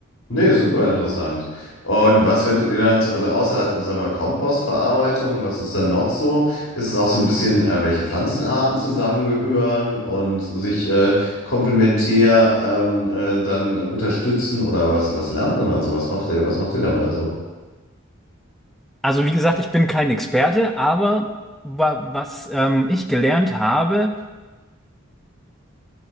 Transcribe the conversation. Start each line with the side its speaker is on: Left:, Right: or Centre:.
Left: Nee, super interessant. Und was findet ihr dann so, also außer sag mal, Kompostverarbeitung, was ist dann noch so? Ist es auch so ein bisschen, äh, welche Pflanzenarten zusammengehören und sich äh, komplementär ähm, äh, dann unterstützen oder was, was lernt man dann so? Was macht ihr, was macht ihr da mal so?
Centre: Also wie gesagt, ich bin kein Experte, aber wa was ähm, ich gelernt habe,